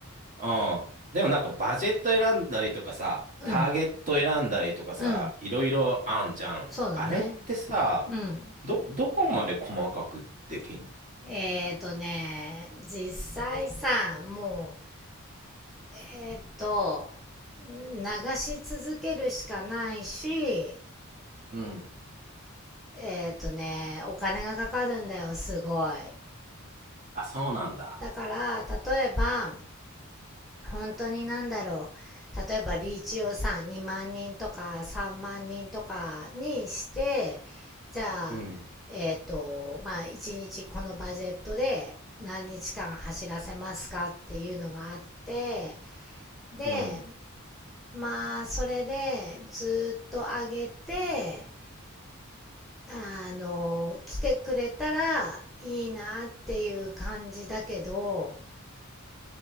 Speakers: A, on the right (about 35°); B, in the centre.
A: うん。でもなんかバジェット選んだりとかさ、
B: うん。
A: ターゲット選んだりとかさ、
B: うん。
A: いろいろあんじゃん。
B: そうだね。
A: あれってさ、
B: うん。
A: ど、どこまで細かくできんの
B: えーとね、実際さ、もう、えーと、流し続けるしかないし、
A: うん、
B: えっ、とね、お金がかかるんだよ、すごい。
A: あ、そうなんだ。
B: だから、例えば、本当になんだろう。例えば、リーチをさ、2万人とか3万人とかにして、じゃあ、
A: うん。
B: えっ、と、まあ、1日このバジェットで何日間走らせますかっていうのがあって、で、
A: うん。
B: まあ、それでずっと上げて、あの、来てくれたらいいなっていう感じだけど、